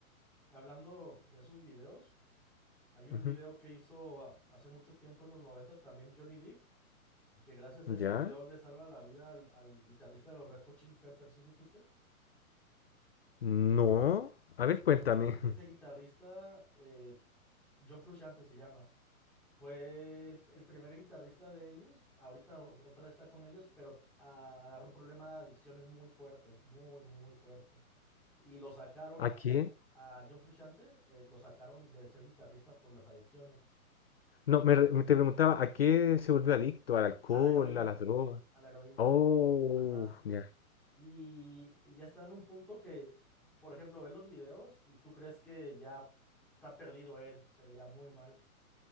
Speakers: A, in the centre; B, on the left.
A: Hablando de esos videos. Hay un
B: Ujú.
A: video que hizo ah, hace mucho tiempo en los 90 también Johnny Depp, que gracias
B: ¿Ya?
A: a ese video le salva la vida al, al guitarrista de los Red Hot Chili Peppers, ¿sí supiste?
B: No. A
A: Es
B: ver,
A: que
B: cuéntame.
A: ese
B: <laughs>
A: guitarrista, eh, John Frusciante se llama, fue el, el primer guitarrista de ellos, ahorita o- otra vez está con ellos, pero ah, agarró un problema de adicciones muy fuerte, muy, muy fuerte. Y lo sacaron
B: ¿A qué?
A: a John Frusciante, eh, lo sacaron de ser guitarrista por las adicciones.
B: No,
A: entonces
B: me, re- me te preguntaba, ¿a qué se volvió adicto? ¿Al alcohol?
A: A la heroína,
B: ¿A las drogas?
A: a la heroína,
B: Oh,
A: ajá.
B: ya.
A: Y, y ya está en un punto que, por ejemplo, ves los videos y tú crees que ya está perdido él, se veía muy mal.